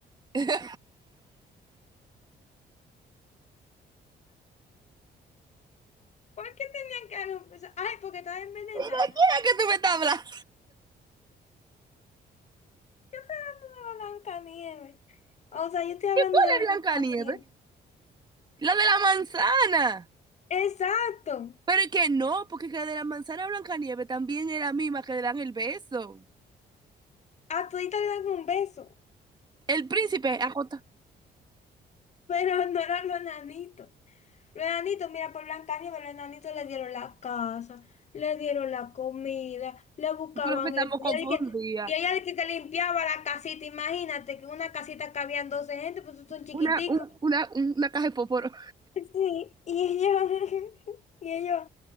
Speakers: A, on the right (about 25°); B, on the left (about 40°).
A: ¿Y de
B: ¿Por qué tenían que darle un beso? Ay, porque estaba envenenada.
A: quién es que tú me estás hablando?
B: Yo estoy hablando de Blancanieves. O sea, yo estoy hablando
A: ¿Y cuál
B: de
A: es
B: Blancanieves.
A: Blancanieves? La de la manzana.
B: Exacto.
A: Pero es que no, porque que la de la manzana Blancanieves también es la misma que le dan el beso.
B: A todita le dan un beso.
A: El príncipe, ajota.
B: Pero <laughs> no eran los enanitos. Los enanitos, mira, por Blancanieves, los enanitos le dieron la casa, le dieron la comida, le buscaban
A: Yo creo que estamos
B: esto.
A: confundidas.
B: Y ella de que, y ella de que, que limpiaba la casita, imagínate que una casita cabían 12 gente, pues son chiquiticos.
A: Una, un-
B: <laughs>
A: una, una caja de fósforo.
B: Sí, y ellos, <laughs> y ellos,